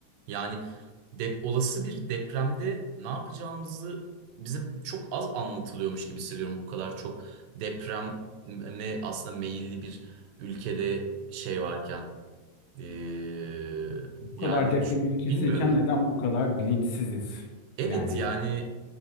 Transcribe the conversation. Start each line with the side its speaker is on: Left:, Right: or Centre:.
Right: Yani dep olası bir depremde ne yapacağımızı bize çok az anlatılıyormuş gibi hissediyorum. Bu kadar çok depreme aslında meyilli bir ülkede şey varken. Ee,
Left: Bu
Right: yani
Left: kadar deprem
Right: ç-
Left: ülkesiyken
Right: bilmiyorum.
Left: neden bu kadar bilinçsiziz?
Right: Evet
Left: Yani
Right: yani